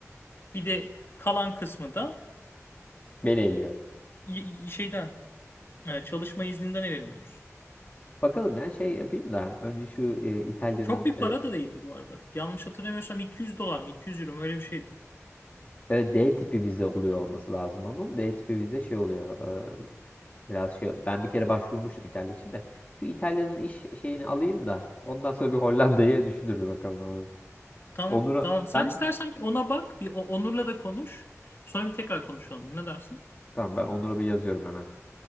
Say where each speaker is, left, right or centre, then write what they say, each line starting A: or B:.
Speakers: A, on the left; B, on the left.
A: Bir de kalan kısmı da
B: beni eliyor.
A: y- y- şeyden e, çalışma izninden eleniyoruz.
B: Bakalım ya şey yapayım da önce şu e, İtalya'nın
A: Çok bir
B: e,
A: para da değildi bu arada. Yanlış hatırlamıyorsam 200 dolar mı 200 euro mu öyle bir şeydi.
B: e, D tipi vize oluyor olması lazım onun. D tipi vize şey oluyor. e, biraz şey ben bir kere başvurmuştum İtalya için de. Şu İtalya'nın iş şeyini alayım da ondan sonra bir Hollanda'yı düşünürüz bakalım abi.
A: Tamam
B: Onur'a
A: tamam. Sen
B: ben
A: istersen bir ona bak. Bir o- Onur'la da konuş. Sonra bir tekrar konuşalım. Ne dersin?
B: tamam ben Onur'a bir yazıyorum hemen.